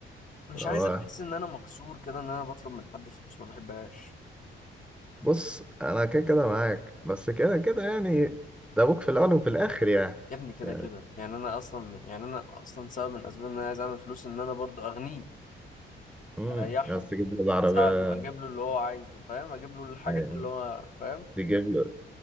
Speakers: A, on the left; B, in the centre.
A: مش
B: اللي
A: عايز
B: هو
A: ابقى احس ان انا مكسور كده ان انا بطلب من حد فلوس ما بحبهاش
B: بص انا كده كده معاك بس كده كده يعني ده ابوك في الاول وفي الاخر يعني
A: يا ابني كده
B: يعني
A: كده يعني انا اصلا يعني انا اصلا سبب من اسباب ان انا عايز اعمل فلوس ان انا برضو اغنيه
B: امم
A: اريحه
B: بس تجيب له العربيه
A: اساعده اجيب له اللي هو عايزه فاهم اجيب له الحاجات
B: أيوة،
A: اللي هو فاهم
B: تجيب له